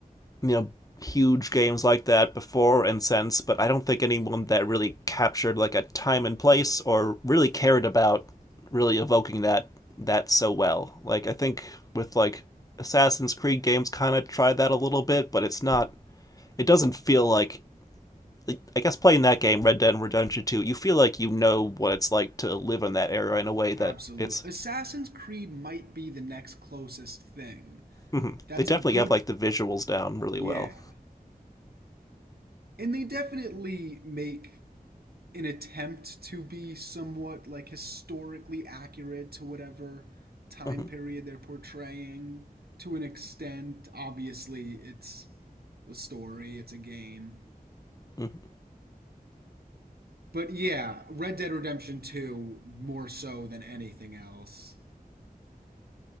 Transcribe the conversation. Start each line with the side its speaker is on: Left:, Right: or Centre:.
Left: you know huge games like that before and since, but I don't think anyone that really captured like a time and place or really cared about really evoking that that so well. Like I think with like Assassin's Creed games kind of tried that a little bit, but it's not it doesn't feel like like, I guess playing that game, Red Dead Redemption 2, you feel like you know what it's like to live in that era in a way that
Right: Absolutely.
Left: it's.
Right: Assassin's Creed might be the next closest thing.
Left: mhm.
Right: That's
Left: They definitely
Right: a good,
Left: have like the visuals down really
Right: yeah.
Left: well.
Right: And they definitely make an attempt to be somewhat like historically accurate to whatever time
Left: Mhm,
Right: period they're portraying to an extent. Obviously, it's a story, it's a game.
Left: mhm.
Right: But yeah, Red Dead Redemption 2 more so than anything else.